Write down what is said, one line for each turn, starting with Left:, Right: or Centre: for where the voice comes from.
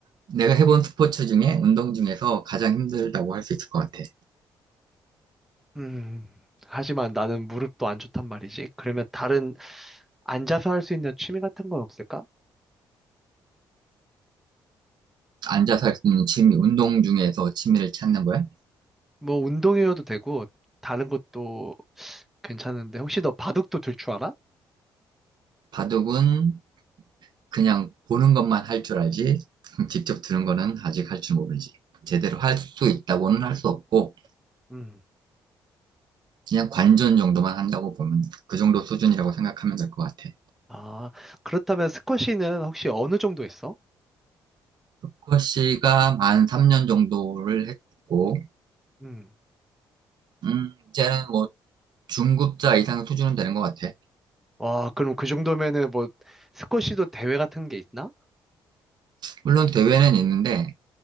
Right: 내가 해본 스포츠 중에 운동 중에서 가장 힘들다고 할 수 있을 것 같아.
Centre: 음. 하지만 나는 무릎도 안 좋단 말이지. 그러면 다른 앉아서 할 수 있는 취미 같은 건 없을까?
Right: 앉아서 할 수 있는 취미, 운동 중에서 취미를 찾는 거야?
Centre: 뭐 운동이어도 되고 다른 것도 괜찮은데 혹시 너 바둑도 들 줄 알아?
Right: 바둑은 그냥 보는 것만 할 줄 알지, <laughs> 직접 들은 거는 아직 할 줄 모르지. 제대로 할 수 있다고는 할 수 없고,
Centre: 음
Right: 그냥 관전 정도만 한다고 보면 그 정도 수준이라고 생각하면 될 것 같아.
Centre: 아, 그렇다면 스쿼시는 혹시 어느 정도 했어?
Right: 루커 씨가 만 3년 정도를 했고,
Centre: 음.
Right: 음, 이제는 뭐 중급자 이상 수준은 되는 것 같아.
Centre: 와, 그럼 그 정도면은 뭐 스쿼시도 대회 같은 게 있나?
Right: 물론 대회는 있는데,